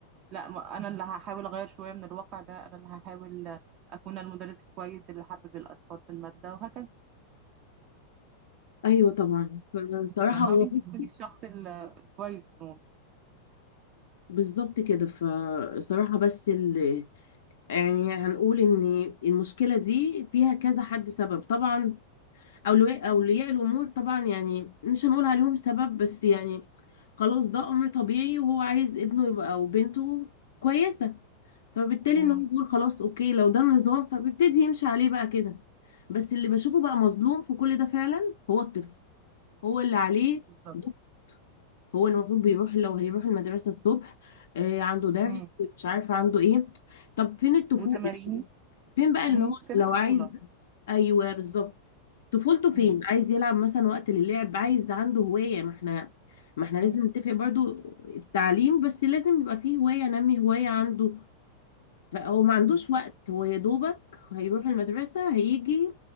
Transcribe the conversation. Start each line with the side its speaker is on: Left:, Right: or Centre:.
Right: لا ما- انا اللي هحاول اغير شوية من الواقع ده انا اللي هحاول اكون المدرس الكويس اللي حبب الاطفال في المادة وهكذا
Left: ايوه طبعا فصراحة
Right: يعني
Left: هو
Right: حاولي
Left: بس
Right: انت تكوني الشخص ال- الكويس في الموضوع
Left: بالظبط كده فصراحة بس ال... يعني هنقول ان المشكلة دي فيها كذا حد سبب طبعا اولياء اولياء الامور طبعا يعني مش هنقول عليهم سبب بس يعني خلاص ده امر طبيعي وهو عايز ابنه يبقى او بنته كويسة فبالتالي
Right: امم
Left: ان هو بيقول خلاص اوكي لو ده النظام فبيبتدي يمشي عليه بقى كده بس اللي بشوفه بقى مظلوم في كل ده فعلا هو الطفل هو اللي عليه
Right: بالظبط
Left: ضغط، هو المفروض بيروح لو هيروح المدرسة الصبح آه عنده درس
Right: امم
Left: مش عارفة عنده ايه طب فين الطفولة
Right: وتمارين
Left: يعني فين بقى ان
Right: امم
Left: هو
Right: سيب
Left: لو
Right: الطفولة
Left: عايز ايوه بالظبط طفولته فين
Right: امم
Left: عايز يلعب مثلا وقت للعب عايز عنده هواية ما احنا ما احنا
Right: امم
Left: لازم نتفق برضو التعليم بس لازم يبقى فيه هواية نمي هواية عنده هو ما عندوش
Right: بالظبط
Left: وقت هو يا دوبك هيروح المدرسة هيجي